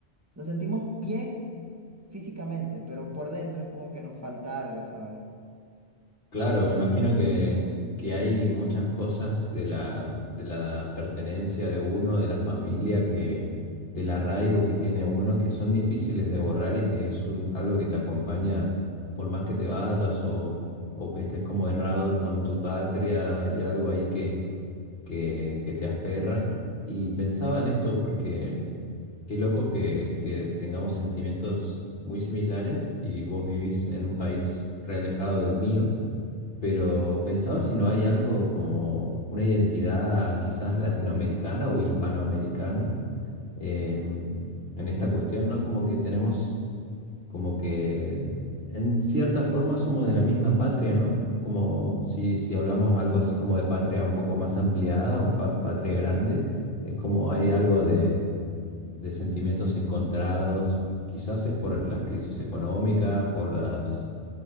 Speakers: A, on the right (about 15°); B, on the left (about 55°).
A: nos sentimos bien físicamente, pero por dentro es como que nos falta algo, ¿sabes?
B: Claro, me imagino que, que hay muchas cosas de la, de la pertenencia de uno, de la familia, que, del arraigo que tiene uno, que son difíciles de borrar y que es un- algo que te acompaña por más que te vayas o, o que estés como errado con tu patria, hay algo ahí que, que, que te aferra. Y pensaba en esto porque qué loco que, que tengamos sentimientos muy similares y vos vivís en un país realejado del mío pero pensaba si no hay algo como una identidad quizás latinoamericana o hispanoamericana em, en esta cuestión, ¿no? Como que tenemos, como que en cierta forma somos de la misma patria, ¿no? Como si, si hablamos algo así como de patria un poco más ampliada, un pa- patria grande, es como hay algo de, de sentimientos encontrados, quizás es por las crisis económicas, por las